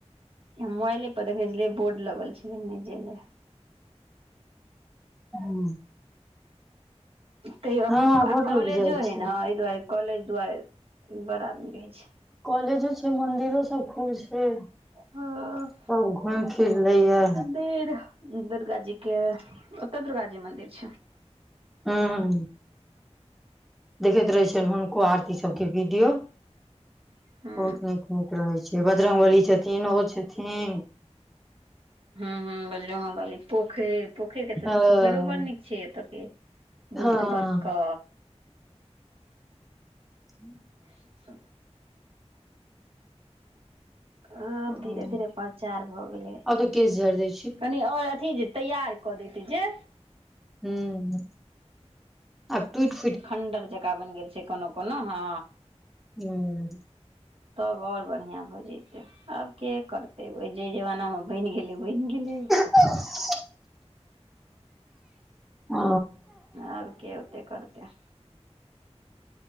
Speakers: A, on the right; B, in the centre.
A: मोबाइले पर देखे छलियै बोर्ड लगल छलै नै जाइ ले।
B: हँ।
A: त
B: हँ बड
A: आ कॉलेजो
B: लोग जाइ छै
A: है ने ऐ दुआरे। कॉलेज दुआरे बड़ आदमी रहै छै।
B: कॉलेजो छै मंदिरो सब खुज यै,
A: हँ
B: सब घुमि फिर लैये।
A: फेर दुर्गा जी के ओते दुर्गा जी मंदिर छै।
B: हँ। देखैत रहे छियनि हुनको आरती सब के वीडियो।
A: हूँ
B: बहुत नीक नीक रहै छै, बजर्ंग बली छथिन ओ छथिन।
A: हुं हुं बजरंगबली, पोखरि पोखरि कते,
B: हँ
A: पोखरियो बड़ नीक छै एतऽ के। बहुत
B: हँ।
A: बड़का
B: हुं।
A: <inaudible> ओ आब
B: हँ
A: धीरे धीरे प्रचार भऽ गेलै।
B: आब तऽ केश झाड़ि दै छी
A: ओ अथि जे तैयार कऽ दैते जे।
B: हुं। आब ट्वीट
A: खण्डक जकाँ बनि गेल छै कोनो कोनो, हँ।
B: हुं।
A: तब और बढ़ििया भऽ जैतै, आब के करतै जे जमाना मे बनि गेलै बनि गेलै।
B: <inaudible> ओ
A: आब के ओते करतै।